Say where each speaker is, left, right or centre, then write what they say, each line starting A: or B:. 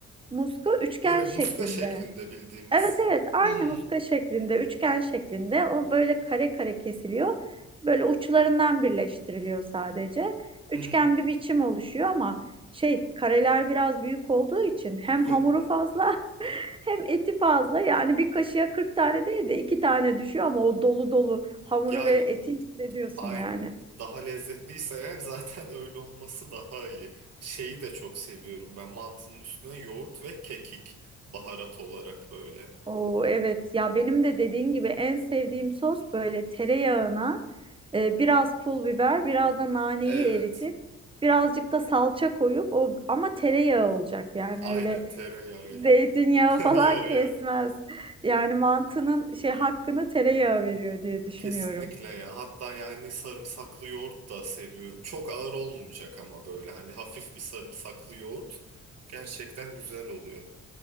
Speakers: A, on the right (about 15°); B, on the right (about 55°).
A: muska üçgen
B: Böyle
A: şeklinde.
B: muska şeklinde bildiğimiz.
A: Evet evet aynı
B: Hmm,
A: muska şeklinde, üçgen şeklinde o böyle kare kare kesiliyor. Böyle uçlarından birleştiriliyor sadece. Üçgen
B: hmm.
A: bir biçim oluşuyor ama şey kareler biraz büyük olduğu için hem hamuru
B: <laughs>
A: fazla <laughs> hem eti fazla. Yani bir kaşığa 40 tane değil de 2 tane düşüyor ama o dolu dolu hamuru
B: Ya
A: ve eti hissediyorsun
B: Aynen.
A: yani.
B: Daha lezzetliyse eğer zaten öyle olması daha iyi. Şeyi de çok seviyorum ben. Mantının üstüne yoğurt ve kekik baharat olarak böyle.
A: Oo, evet ya benim de dediğin gibi en sevdiğim sos böyle tereyağına e, biraz pul biber biraz da naneyi
B: Evet.
A: eritip birazcık da salça koyup o ama tereyağı olacak yani
B: Aynen
A: öyle
B: tereyağıyla.
A: zeytinyağı
B: <laughs> Yo
A: falan kesmez.
B: yo.
A: Yani mantının şey hakkını tereyağı veriyor diye düşünüyorum.
B: Kesinlikle ya. Hatta yani sarımsaklı yoğurt da seviyorum. Çok ağır olmayacak ama böyle hani hafif bir sarımsaklı yoğurt gerçekten güzel oluyor.